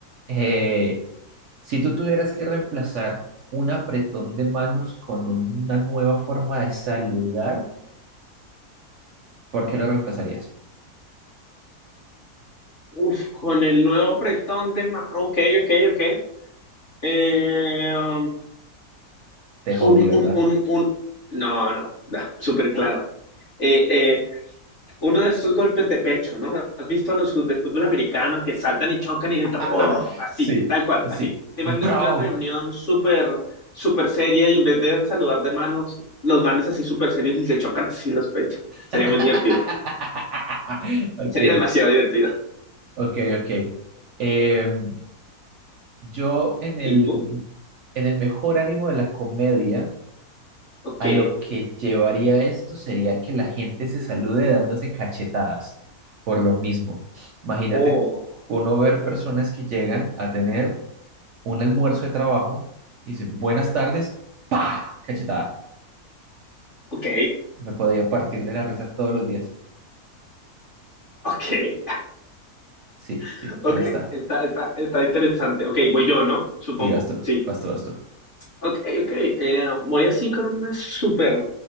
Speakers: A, on the right; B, on the left.
A: eh, si tú tuvieras que reemplazar un apretón de manos con una nueva forma de saludar, ¿por qué lo reemplazarías?
B: Uf, con el nuevo apretón de... ma- Ok, ok, ok. Eh, um,
A: Te jodí,
B: un,
A: ¿verdad?
B: un, un, un... No, no, da, súper claro. Eh, eh, uno de esos golpes de pecho, ¿no? ¿Has visto a los fut- de fútbol americano que saltan y chocan y gritan,
A: <laughs>
B: wow, así,
A: Sí,
B: tal cual,
A: sí.
B: así? ¿Te
A: Bro.
B: imaginas en una reunión súper, súper seria y en vez de saludar de manos, los manes así súper serios y se chocan así los pechos? Sería
A: <laughs>
B: muy divertido,
A: Ok,
B: sería demasiado divertido.
A: ok, ok. Em, Yo en el,
B: ¿Y tú?
A: en el mejor ánimo de la comedia,
B: Ok,
A: a lo que llevaría esto sería que la gente se salude dándose cachetadas por lo mismo. Imagínate
B: oh,
A: uno ver personas que llegan a tener un almuerzo de trabajo y dicen buenas tardes, ¡pa! Cachetada.
B: ok,
A: Me podría partir de la risa todos los días.
B: ok,
A: Sí,
B: <laughs>
A: sí,
B: ok,
A: ahí está.
B: está, está, está interesante. Ok, voy yo, ¿no? Supongo,
A: Sí, vas tú,
B: sí.
A: vas tú, vas tú.
B: Ok, ok. Eh, voy así con una súper